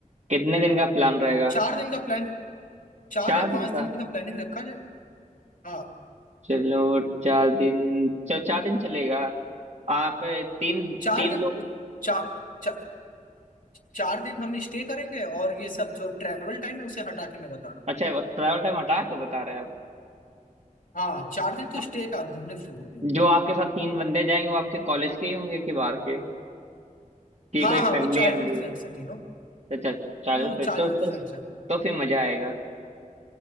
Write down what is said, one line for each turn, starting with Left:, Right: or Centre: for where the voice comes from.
Right: कितने दिन का प्लान रहेगा
Left: चार दिन का प्लान चार
Right: चार
Left: या
Right: दिन
Left: पांच
Right: का
Left: दिन का प्लानिंग रखा जाए हाँ
Right: चलो चार दिन चलो चार दिन चलेगा आप ए, तीन
Left: चार
Right: तीन
Left: दिन
Right: लोग
Left: चा, चा, चार दिन हम स्टे करेंगे और ये सब जो ट्रैवल टाइम है उसे हटा के मैं बता रहा हूँ
Right: अच्छा ट्रैवल टाइम हटा के बता रहे हैं
Left: हाँ चार दिन तो
Right: आप
Left: स्टे का घूमने फिरने के लिए
Right: जो आपके साथ तीन बंदे जाएंगे वो आपके कॉलेज के ही होंगे कि बाहर के कि
Left: हाँ
Right: कोई
Left: हाँ
Right: फैमिली
Left: वो चाइल्डहुड
Right: वैमिली
Left: फ्रेंड्स
Right: है?
Left: है तीनों
Right: अच्छा चलो
Left: नो नो
Right: फिर
Left: चाइल्डहुड
Right: तो तो,
Left: फ्रेंड्स है
Right: तो फिर मजा आएगा